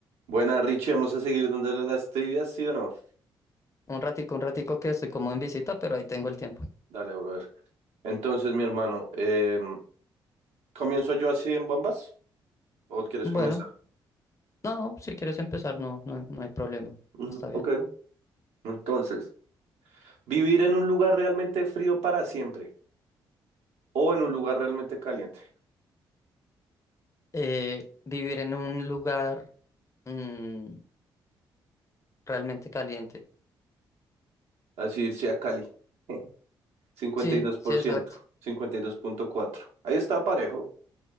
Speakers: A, on the right; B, on the left.
A: Buena, Richie, vamos a seguir dándole las trivias, ¿sí o no?
B: Un ratico, un ratico que estoy como en visita, pero ahí tengo el tiempo.
A: Dale, brother. Entonces, mi hermano, em, ¿comienzo yo así en bombas? ¿O quieres
B: Bueno,
A: comenzar?
B: no, si quieres empezar, no, no, no hay problema.
A: Ujú,
B: Está bien.
A: ok. Entonces, ¿vivir en un lugar realmente frío para siempre o en un lugar realmente caliente?
B: Eh, vivir en un lugar mm, realmente caliente.
A: Así irse a Cali. <laughs> Cincuenta
B: Sí,
A: cincuenta y y dos dos
B: sí,
A: por
B: exacto.
A: ciento, cincuenta y dos punto cuatro. Ahí está parejo.